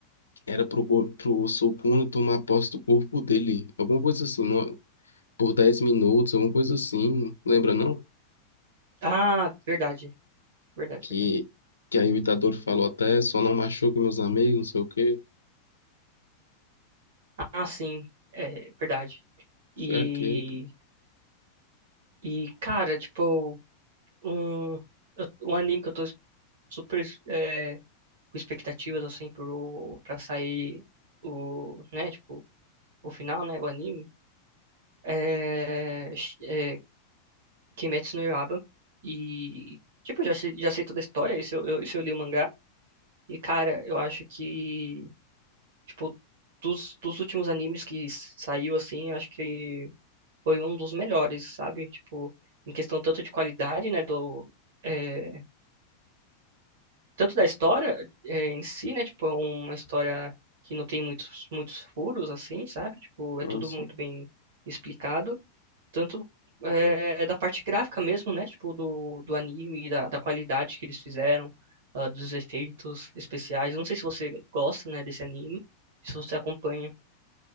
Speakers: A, on the left; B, on the right.
A: era pro, go- pro Sukuna tomar posse do corpo dele. Alguma coisa assim, não- por 10 minutos, alguma coisa assim. Lembra, não?
B: Ah, verdade. Verdade,
A: que,
B: verdade.
A: que aí o ditador falou até, só não machuque meus amigos, não sei o quê.
B: Ah, sim. É, verdade. E.
A: Foi aquele, pô.
B: E, cara, tipo, um, eu- um anime que eu tô super é, com expectativas, assim, pro, pra sair o, né, tipo, o final, né, o anime. É, é Kimetsu no Yaiba. E, tipo, eu já sei, já sei toda a história, isso eu, eu- isso eu li o mangá. E, cara, eu acho que, tipo, dos, dos últimos animes que s- saiu, assim, eu acho que foi um dos melhores, sabe? Tipo, em questão tanto de qualidade, né, do... é, tanto da história é, em si, né? Tipo, é uma história que não tem muitos, muitos furos, assim, sabe? Tipo, é tudo
A: Sim,
B: muito bem explicado. tanto é, da parte gráfica mesmo, né? Tipo, do, do anime, da, da qualidade que eles fizeram, ah, dos efeitos especiais. Eu Não sei se você gosta, né, desse anime, se você acompanha.